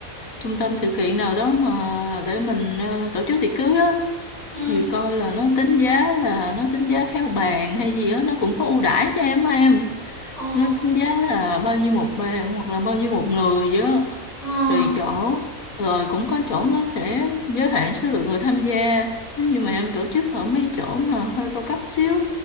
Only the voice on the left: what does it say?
trung tâm sự kiện nào đó mà để mình ờ, tổ chức tiệc cưới á
thì coi là nó tính giá là nó tính giá theo bàn hay gì á nó cũng có ưu đãi cho em á em
nó tính giá là bao nhiêu một bàn hoặc là bao nhiêu một người vậy á
tùy chỗ rồi cũng có chỗ nó sẽ giới hạn số lượng người tham gia nếu như mà em tổ chức ở mấy chỗ mà hơi cao cấp xíu